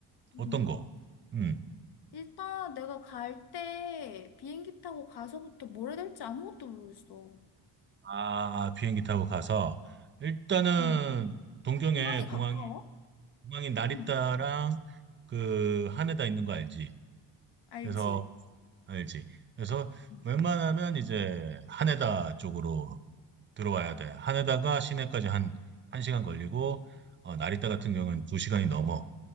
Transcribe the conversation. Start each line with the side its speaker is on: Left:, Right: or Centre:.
Left: 음.
Right: 어떤 거? 음.
Left: 일단 내가 갈 때 비행기 타고 가서부터 뭘 해야 될지 아무것도 모르겠어.
Right: 아, 비행기 타고 가서, 일단은
Left: 음.
Right: 동경에
Left: 공항에
Right: 공항이,
Left: 가까워?
Right: 공항이 나리타랑
Left: 음.
Right: 그 하네다 있는 거 알지?
Left: 알지?
Right: 그래서, 알지? 그래서
Left: 음.
Right: 웬만하면 이제 하네다 쪽으로 들어와야 돼. 하네다가 시내까지 한, 한 시간 걸리고, 어, 나리타 같은 경우는 두 시간이 넘어.